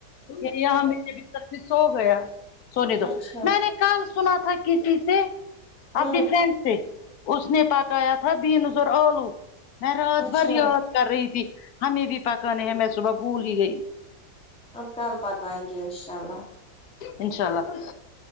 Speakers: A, on the left (about 65°); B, in the centre.
A: پھر یہاں <unintelligible> سو گیا ہے سونےدو
B: اچھا
A: میں نے کب سنا تھا کسی سے
B: ہ
A: اپنی فرینڈ سے اس نے پکایا تھا بینس اور آلو میں رات
B: اچھا
A: بھر یاد کر رہی تھی ہمیں بھی پکا نہیں ہے میں صبح بھول ہی گئی
B: اب کل پکائیں گے انشاء اللہ
A: انشاء اللہ